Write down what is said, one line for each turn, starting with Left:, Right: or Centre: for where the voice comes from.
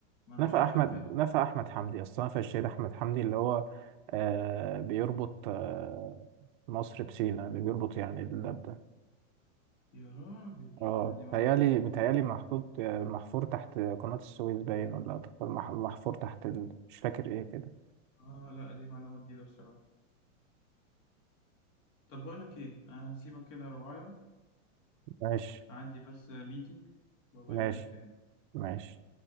Left: ما أنا
Right: نفق
Left: مش عارف
Right: احمد
Left: أنفق
Right: نفق احمد حمدي اصلا نفق الشهيد احمد حمدي اللي هو آه بيربط آه مصر بسينا اللي بيربط يعني الباب ده
Left: يا راجل
Right: اه
Left: لا دي معلومة
Right: متهيألي
Left: جديدة
Right: متهيألي محطوط آه، محفور تحت قناة السويس باين ولا محفور تحت ال... مش فاكر ايه كده
Left: آه لا دي معلومة جديدة بصراحة طب بقول لك إيه أنا هسيبك كده يا رباية
Right: ماشي
Left: عندي بس ميتنج وأبقى
Right: ماشي
Left: أجيلك تاني
Right: ماشي